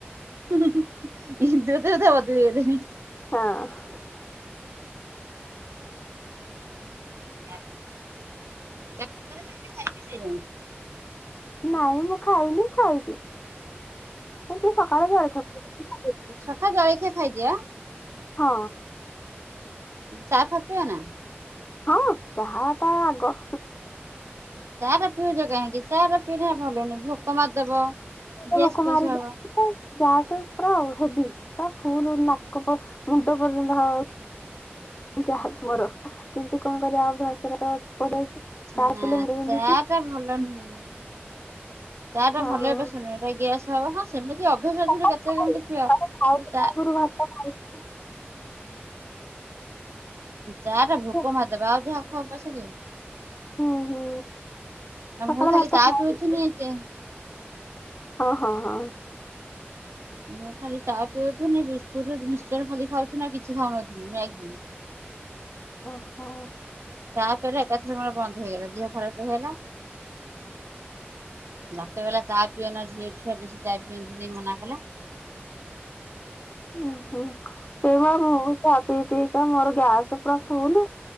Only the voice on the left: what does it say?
ହଁ।
ନାଇଁ ମୁଁ ଖାଇନି ଖାଇବି କିନ୍ତୁ ସକାଳେ ଜଳଖିଆ ଖାଇଛି।
ହଁ।
ହଁ ଚହା ଟା ଆଗ।
ଭୋକ
ମାରି
ଦୋଉଚି ତ ଆଉ। ଗ୍ୟାସ ପୁରା ଆଉ ହେବି ପୁରା ଫୁଲ୍ ନାକ ମୁଣ୍ଡ ପର୍ଯ୍ୟନ୍ତ ହ ଗ୍ୟାସ ମୋର କିନ୍ତୁ କଣ କରିବା ଅଭ୍ୟାସ ରେ ତ ପଡିଯାଇଛି ଚା
ପିଇଲେ ମୁଣ୍ଡ ବିନ୍ଧୁଛି।
ହଁ।
ସକାଳେ
ଖାଇଲି
<unintelligible>
ହଁ।
ହୁଁ ହୁଁ।
ସକାଳେ
ଭାତ
ଖାଏ।
ହଁ ହଁ ହଁ।
ଓହୋ।
ଓହୋ ସେଇ ମୁଁ ଚା ପିଇ ପିଇ କା ମୋର ଗ୍ୟାସ ପୁରା ଫୁଲ୍।